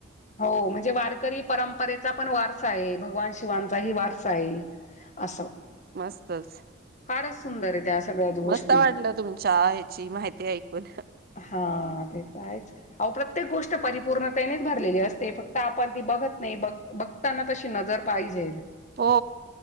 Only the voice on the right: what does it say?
मस्तच
मस्त वाटलं तुमच्या ह्याची माहिती ऐकून
ओ